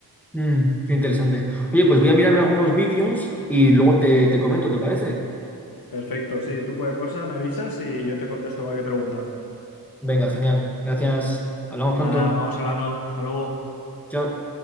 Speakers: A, in the centre; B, on the left (about 65°).
A: Mm, qué interesante. Oye, pues voy a mirarme algunos vídeos y luego te, te comento, ¿te parece?
B: Perfecto, sí, tú cualquier cosa me avisas y yo te contesto cualquier pregunta.
A: Venga, genial. Gracias. Hablamos
B: Nada,
A: pronto.
B: vamos hablando. Hasta luego.
A: Chao.